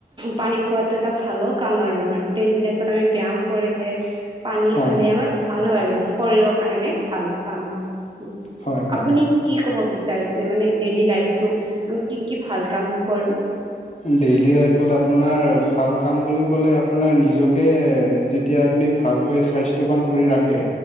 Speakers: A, on the right; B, on the left.
A: পানী খোৱাতো এটা ভালো কাম, আৰু আমাৰ ডেইলি লাইফত আমি ব্যায়াম কৰিলে পানী
B: হয়
A: খালে আমাৰ ভাল হয়, আৰু আমাৰ শৰীৰৰ কাৰণে ভাল কাম আৰু। উম,
B: হয় হয়
A: আপুনি কি কব বিচ বিচাৰিছে মানে ডেইলী লাইফটো আমি কি কি ভাল কাম কৰোঁ?
B: ডেইলি লাইফত আপোনাৰ ভাল কাম বুলি ক'লে, আপোনাৰ নিজকে যেতিয়া ভালকৈ স্বাস্থ্যৱান কৰি ৰাখে